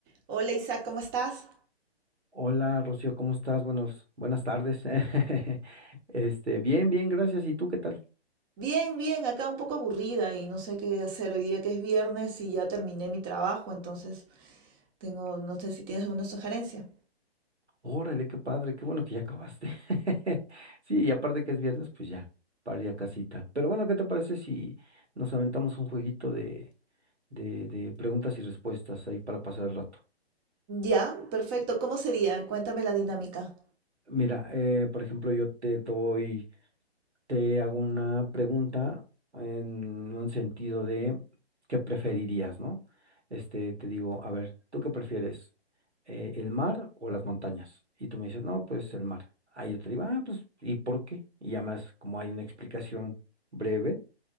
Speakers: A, on the right; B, on the right.
A: Hola Isaac, ¿cómo estás?
B: Hola, Rocío, ¿cómo estás? Buenos, buenas tardes. <laughs> Este, bien, bien, gracias. ¿Y tú qué tal?
A: Bien, bien, acá un poco aburrida y no sé qué hacer hoy día que es viernes y ya terminé mi trabajo, entonces tengo, no sé si tienes alguna sugerencia.
B: Órale, qué padre, qué bueno que ya acabaste. <laughs> Sí, y aparte que es viernes, pues ya, para ir a casita. Pero bueno, ¿qué te parece si nos aventamos un jueguito de, de, de preguntas y respuestas ahí para pasar el rato?
A: Ya, perfecto, ¿cómo sería? Cuéntame la dinámica.
B: Mira, eh, por ejemplo, yo te doy Te hago una pregunta en un sentido de qué preferirías, ¿no? Este, te digo, a ver, ¿tú qué prefieres? Eh, ¿el mar o las montañas? Y tú me dices, no, pues el mar. Ahí yo te digo, ah, pues, ¿y por qué? Y ya más, como hay una explicación breve,